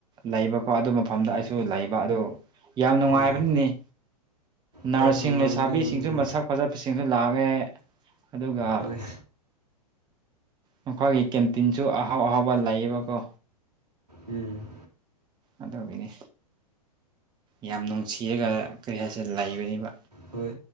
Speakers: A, on the right; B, on the right.
A: ꯂꯩꯕꯀꯣ ꯑꯗꯨ ꯃꯐꯝꯗ ꯑꯩꯁꯨ ꯂꯩꯕ ꯑꯗꯨ ꯌꯥꯝ ꯅꯨꯡꯉꯥꯏꯕꯅꯤꯅ°
B: ꯑꯥ
A: ꯅꯔ꯭ꯁꯁꯤꯡ
B: ꯍꯣꯏ ꯅꯨꯡꯉꯥꯏꯕꯗꯤ
A: ꯂꯩꯁꯥꯕꯤꯁꯤꯡꯁꯨ
B: ꯌꯥꯝ ꯅꯨꯡꯉꯥꯏ
A: ꯃꯁꯛ ꯆꯠꯄꯁꯤꯡꯁꯨ ꯂꯥꯛꯉꯦ ꯑꯗꯨꯒ
B: ꯍꯣꯏ
A: ꯃꯈꯣꯏꯒꯤ ꯀꯦꯟꯇꯤꯟꯁꯨ ꯑꯍꯥꯎ ꯑꯍꯥꯎꯕ ꯂꯩꯌꯦꯕꯀꯣ
B: ꯎꯝ
A: ꯑꯗꯨꯒꯅꯤ ꯌꯥꯝ ꯅꯨꯡꯁꯤꯔꯒ ꯀꯔꯤ ꯍꯥꯏꯁꯦ ꯂꯩꯕꯅꯤꯕ
B: ꯍꯣꯏ